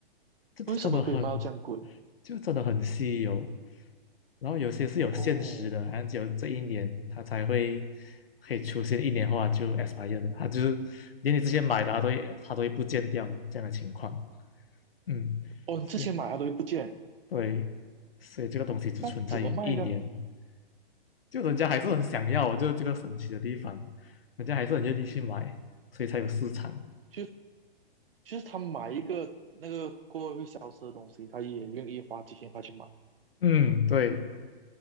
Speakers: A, on the left (about 75°); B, on the right (about 70°).
A: 这真的很
B: 为什么可以卖到这样贵？
A: 就真的很稀有。然后有些是有限时的，
B: 哦，
A: 好像只有这一年它才会可以出现一年后它就 expire 的，它就是连你之前买的它都会它都会不见掉这样的情况。嗯，
B: 哦，
A: 是，
B: 之前买它都会不见，
A: 对，所以这个东西只存在于一年，
B: 那怎么卖呢？
A: 就人家还是很想要，就是这个神奇的地方，人家还是很愿意去买，所以才有市场。
B: 就就是他买一个那个过后会消失的东西，他也愿意花几千块去买。
A: 嗯，对，